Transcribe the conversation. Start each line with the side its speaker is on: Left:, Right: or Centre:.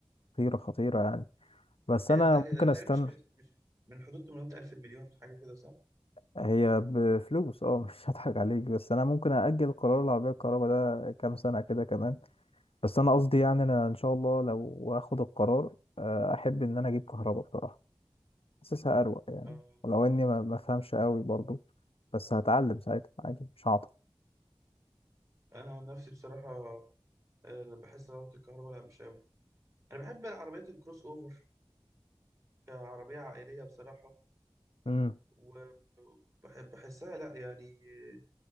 Left: خطيره خطيره يعني بس
Right: آه،
Left: انا
Right: تقريبا
Left: ممكن
Right: تقريباً
Left: استنى
Right: مش بيح- مش من حدود 800 ألف المليون في حاجة كده صح؟
Left: هي بفلوس اه مش هضحك عليك بس انا ممكن اجل قرار العربيه الكهرباء ده كام سنه كده كمان بس انا قصدي يعني انا ان شاء الله لو اخد القرار آه، احب ان انا اجيب كهرباء بصراحه حاسسها اروق يعني
Right: آه
Left: ولو اني ما ما بفهمش قوي برضو بس هتعلم ساعتها عادي مش هعطل
Right: أنا عن نفسي بصراحة آه، بحس إن عربية الكهرباء لا مش أوي أنا بحب العربيات الكروس أوفر كعربية عائلية بصراحة
Left: امم
Right: وبحب بحسها لا يعني آه،